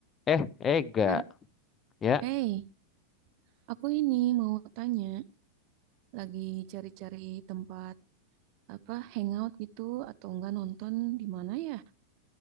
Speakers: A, on the left; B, on the right.
A: Eh, Ega,
B: Kak,
A: ya.
B: Hey, aku ini mau tanya, lagi cari-cari tempat apa hangout gitu atau enggak nonton di mana ya?